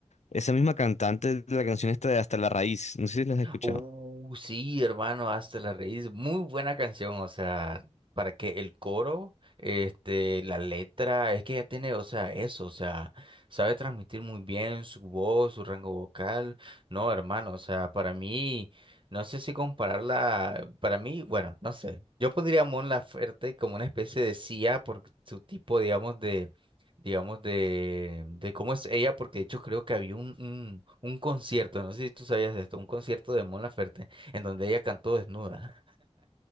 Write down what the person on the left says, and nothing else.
esa misma cantante, de la canción esta de Hasta la Raíz, no sé si la has escuchado.